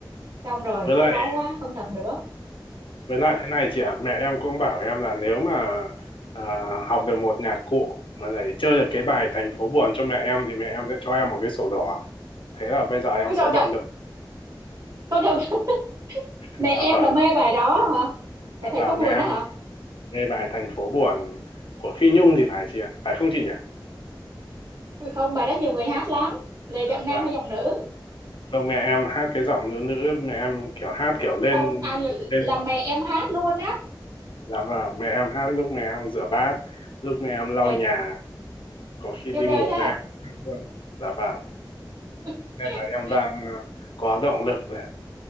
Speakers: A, on the right (about 50°); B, on the left (about 85°).
A: xong rồi
B: với
A: thôi
B: lại
A: khó quá không tập nữa
B: Với lại thế này chị ạ, mẹ em cũng bảo em là nếu mà à, học được một nhạc cụ mà lại chơi được cái bài Thành phố buồn cho mẹ em thì mẹ em sẽ cho em một cái sổ đỏ. Thế là bây giờ em
A: ôi trời
B: có động
A: trời
B: lực.
A: con được <laughs>
B: <laughs>
A: mẹ
B: Dạ
A: em
B: vâng.
A: là mê bài đó hả bài
B: Dạ
A: thành
B: vâng,
A: phố buồn
B: mẹ em
A: đó hả
B: mê bài Thành phố buồn của Phi Nhung thì phải chị ạ, phải không chị nhỉ?
A: không bài đó nhiều người hát lắm là giọng
B: Dạ
A: nam
B: vâng.
A: hay giọng nữ
B: Không mẹ em hát cái giọng nữ nữ, mẹ em kiểu hát kiểu lên
A: không à, là
B: lên
A: là
B: giọng.
A: mẹ em hát luôn á
B: Dạ vâng, mẹ em hát lúc mẹ em rửa bát, lúc mẹ em lau
A: trời
B: nhà, có khi
A: yêu
B: đi
A: đời
B: ngủ
A: thế à?
B: mẹ em hát luôn. Dạ vâng.
A: <laughs>
B: nên là em đang ờ, có động lực để